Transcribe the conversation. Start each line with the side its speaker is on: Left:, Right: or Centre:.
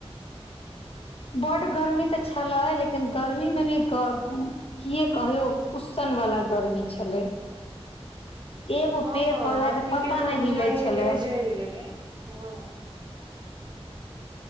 Left: बड़ गर्मी तऽ छलै, लेकिन गर्मीमे सेहो की कहियौ, बहुत उसनगर गर्मी छलै। एगो
Right: हँ,
Left: पेड़
Right: हँ
Left: पौधा
Right: आदमीे
Left: पता
Right: के तऽ
Left: नहि
Right: बुझाइ
Left: हिलै
Right: हे,
Left: छलै
Right: देह जरि गेलै हँ